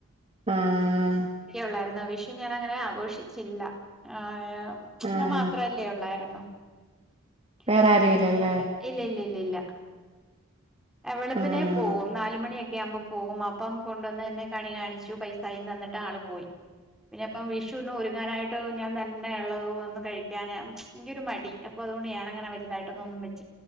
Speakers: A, on the right; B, in the centre.
A: ആഹ്
B: ല്ലായ്‌രു ന്നോ വിഷു ഞാൻ അങ്ങനെ ആഘോഷിച്ചില്ല ആ
A: ആഹ്
B: ഞാൻ മാത്രല്ലേ ഉള്ളായിരുന്നു ഹ
A: വേറെ ആരും ഇല്ലല്ലേ
B: അതുകൊണ്ട് ഇല്ല ഇല്ല ഇല്ല ഇല്ല എ വെളുപ്പിനെ
A: ആഹ്
B: പോകും നാലുമണി ക് കെ അഉമ്പോ പോകും അപ്പം കൊണ്ടുവന്ന് എന്നെ കണി കാണിച്ചു പൈസായി തന്നിട്ട് ആള് പോയി പിന്നെ ഇപ്പം വിഷുന്ന് ഒരുങ്ങാനായിട്ട് ഞാൻ തന്നെ ഉള്ളത് ഒന്നും കഴിക്കാൻ ക്യോ ഒരു മടി അപ്പൊ കൊണ്ട് ഞാനങ്ങെനെ വൽതായിട്ടൊന്നും വച്